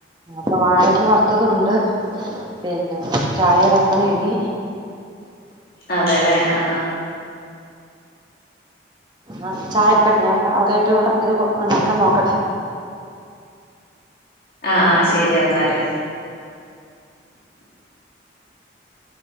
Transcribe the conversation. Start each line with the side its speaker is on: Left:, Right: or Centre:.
Right: അപ്പൊ വാഴക്ക വറുത്തതുംണ്ട് പിന്നെ ചായ വെക്കണ ഇനി
Left: അതെല്ലെ ആ ആഹ്
Right: ആ ചായ വെക്കെട്ടെ ഞാൻ <unintelligible> ഇത്ണ്ടാക്കാൻ നോക്കട്ടെ.
Left: അ ആ ശരി എന്നാല്